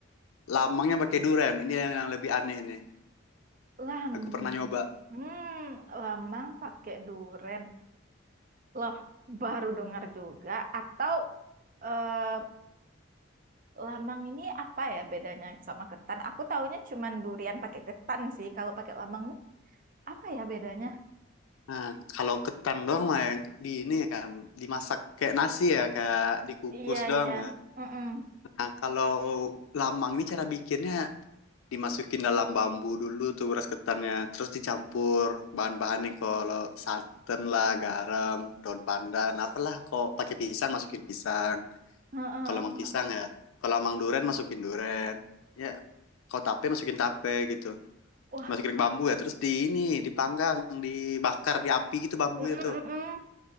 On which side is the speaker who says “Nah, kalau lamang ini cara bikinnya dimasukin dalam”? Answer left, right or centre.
Left